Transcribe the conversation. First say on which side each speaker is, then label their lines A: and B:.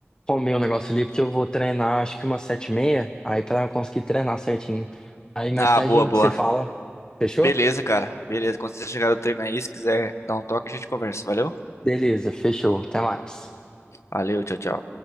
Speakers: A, on the left; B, on the left.
A: comer um negócio ali, porque eu vou treinar acho que umas sete e meia, aí pra eu conseguir treinar certinho. Aí mais
B: Ah,
A: tarde
B: boa,
A: a gente
B: boa.
A: se fala. Fechou?
B: Beleza, cara. Beleza. Quando você chegar no treino aí, se quiser dar um toque, a gente conversa. Valeu?
A: Beleza, fechou. Até mais.
B: Valeu, tchau, tchau.